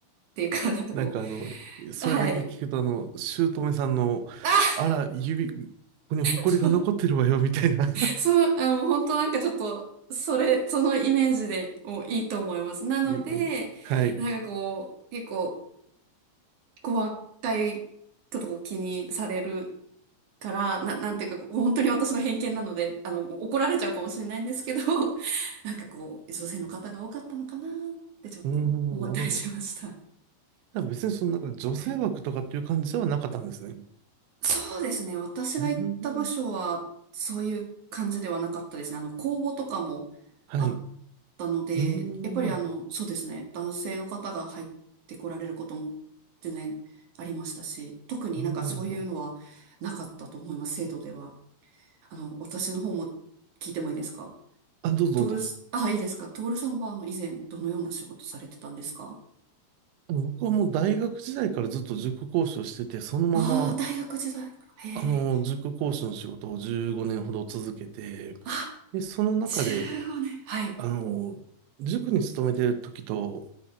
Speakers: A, on the right; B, on the right.
A: ていうか、なんかこ
B: なんかあの、それだけ聞くとあの、
A: う、はい。
B: 姑さんの、
A: あ、
B: あら、指、ここに埃が残ってるわよ、
A: そう、
B: みたいな
A: そう、あ、もう本当なんかちょっと、それ、そのイメージでもういいと思います。
B: <laughs>
A: なので、
B: 指は。はい。う
A: なんかこう、結構、こう若いことを気にされるから、な、なんていうか、こう本当に私の偏見なので、あの、怒られちゃうかもしれないんですけど、<laughs> なんかこう、女性の方が多かったのかなってちょっと思ったりしました。
B: ーん、なるほど。じゃあ別にそのなんか女性枠とかっていう感じではなかったんですね。
A: はいそうですね。私が行った部署は、
B: うーん、
A: そういう感じではなかったですね。あの、公募とかもあっ
B: はい。う
A: たので、
B: ーん、
A: やっぱりあの、
B: な
A: そうですね。男性の方が入ってこられることも全然ありましたし、特になんかそういうのはなかったと思います、
B: るほど、なるほど。
A: 制度では。あの、私の方も聞いてもいいですか
B: あ、どうぞどうぞ。
A: トールス、あ、いいですか。トールさんはあの、以前どのような仕事されてたんですか
B: 僕はもう大学時代からずっと塾講師をしてて、そのまま、
A: ああー、大学時代から。へえ。
B: あの、塾講師の仕事を15年ほど続けて、
A: あ、
B: で、その中で、
A: 15年。はい。
B: あの、塾に勤めてる時と、